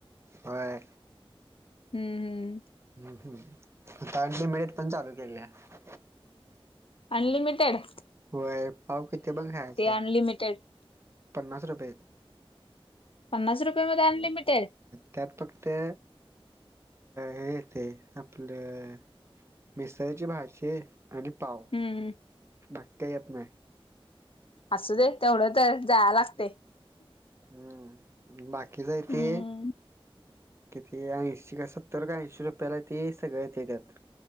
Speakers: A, on the right (about 25°); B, on the left (about 65°).
A: होय
B: हम्म-हम्म.
A: हम् हम्, तिथ अनलिमिटेड पण चालू केली आहे.
B: अनलिमिटेड.. !
A: होय पाव किती पण खायच,
B: अनलिमिटेड
A: पन्नास रुपयत.
B: पन्नास रुपया मध्ये अनलिमिटेड.
A: त्यात फक्त अ हे येते आपलं मिसळची भाजी आणि पाव.
B: हम्.
A: बाकी काय यत नाही.
B: असू दे तेवढं तर जाय लागते.
A: हम्म, बाकीचाय
B: हम्म
A: ते. किती, ऐंशी का सत्तर का ऐंशी रुपयाला ते सगळं येतंय त्यात.